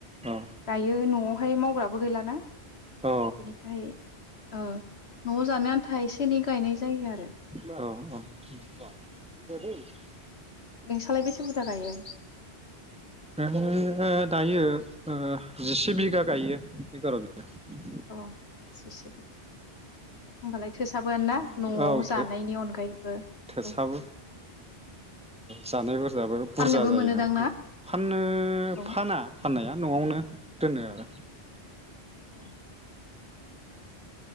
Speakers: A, in the centre; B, on the left.
A: औ
B: गायो न'आव फाय मावग्राबो गैलाना।
A: औ
B: बिनिखाय। ओ न'आव जानो आन्था एसे एनै। गायनाय जायो आरो।
A: औ औ।
B: नोंसालाय बेसे बुरजा गायो?
A: ओ दायो ओ जिसे बिगा गायो एगार' बिगा।
B: अ जिसे बि होमबालाय थोसाबो ना
A: बिगा
B: न'आव
A: औ थो
B: जानायनि अनगायैबो।
A: थोसाबो
B: औ
A: जानाय बुरजाबो
B: फाननोबो
A: बुरजा जायो
B: मोनोदां
A: नालाय
B: ना
A: फाननो
B: औ
A: फाना फाननाया न'आवनो <unintelligible> दोनो आरो।
B: अ।